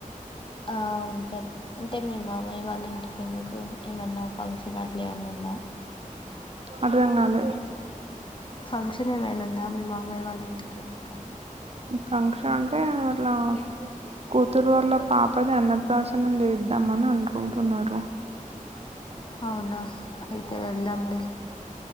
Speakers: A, on the left; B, on the right.
A: ఆ ఉంటరూ అంటే మీ మామయ్య వాళ్ళ ఇంటికి ఎందుకు ఏమన్నా ఫంక్షన్ అట్లా ఏమన్నా ఉందా
B: ఆడాధంకాలే
A: ఫంక్షన్ ఏమైనా ఉందా మీ మామయ్య వాళ్ళ ఇంటికి ఎందుకని
B: ఫంక్షన్ అంటే వాళ్ళ కూతురు వాల్ల పాపది అన్నప్రాసనం చేద్దాంమని అనుకు కుంటున్నారు
A: అవునా అయితే వెళ్దాంలే